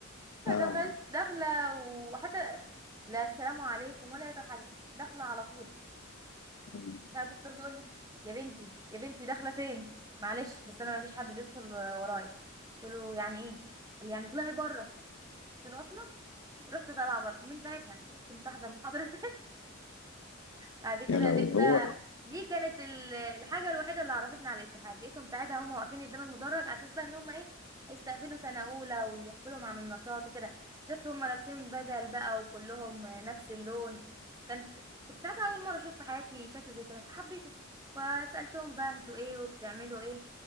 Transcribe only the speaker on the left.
اه
آه.
يا لو
هو